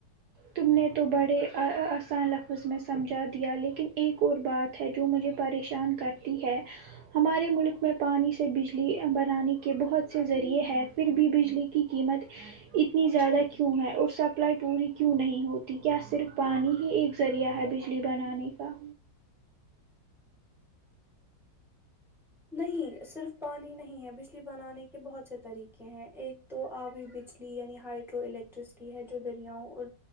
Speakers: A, on the right (about 70°); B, in the centre.
A: تم نے تو بڑے آسان لفظ میں سمجھا دیا لیکن ایک اور بات ہے جو مجھے پریشان کرتی ہے ہمارے ملک میں پانی سے بجلی بنانے کے بہت سے ذریعے ہے پھر بھی بجلی کی قیمت اتنی زیادہ کیوں ہے اور سپلائی پوری کی کیوں نہیں ہوتی کیا صرف پانی ہی ایک ذریعہ ہے بجلی بنانے کا
B: نہیں صرف پانی نہیں ہے بجلی بنانے کے بہت سے طریقے ہیں ایک تو آبھی بجلی یعنی ہائڈرو الیکٹریسٹی ہے جو دریاؤں اور